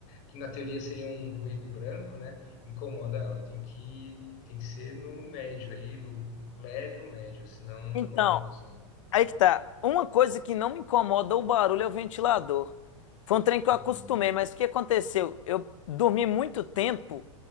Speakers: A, on the left; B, on the left.
A: que na teoria seria um ruído branco, né? Incomoda ela. Tem que, tem que ser no médio ali, no leve ou médio, senão incomoda
B: Então,
A: o sono.
B: Aí que tá. Uma coisa que não me incomoda o barulho é o ventilador. Foi um trem que
A: Hum,
B: eu acostumei, mas o que aconteceu? Eu dormi muito tempo